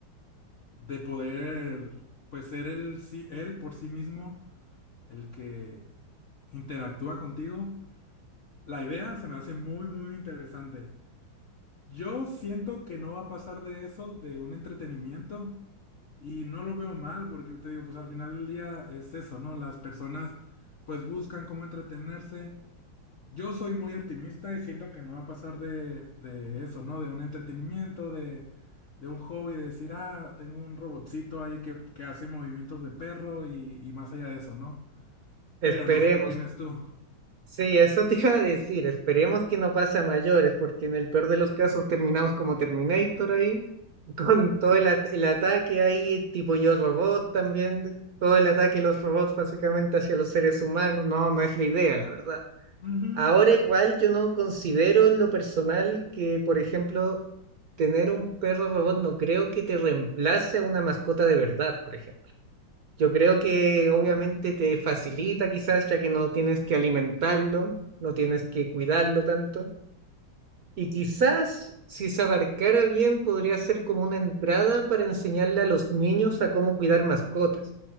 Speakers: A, on the left; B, on the right.
A: de poder, pues ser él, sí- él por sí mismo, el que interactúa contigo La idea se me hace muy, muy interesante. Yo siento que no va a pasar de eso, de un entretenimiento, y no lo veo mal, porque te digo, pues al final del día es eso, ¿no? Las personas pues buscan cómo entretenerse. Yo soy muy optimista y siento que no va a pasar de, de eso, ¿no? De un entretenimiento, de, de un hobby, de decir, ah, tengo un robotcito ahí que, que hace movimientos de perro y, y más allá de eso, ¿no?
B: Esperemos.
A: Pero no sé qué opinas tú.
B: Sí, eso te iba a decir. Esperemos que no pase a mayores, porque en el peor de los casos terminamos como Terminator ahí, <laughs> con todo el, at- el ataque ahí, tipo Yo Robot también, de- todo el ataque de los robots básicamente hacia los seres humanos. No, no es la idea, la verdad.
A: Ujú,
B: Ahora igual yo no considero en lo personal que, por ejemplo, tener un perro robot no creo que te reemplace a una mascota de verdad, por ejemplo. Yo creo que obviamente te facilita quizás, ya que no tienes que alimentarlo, no tienes que cuidarlo tanto. Y quizás si se abarcara bien podría ser como una entrada para enseñarle a los niños a cómo cuidar mascotas,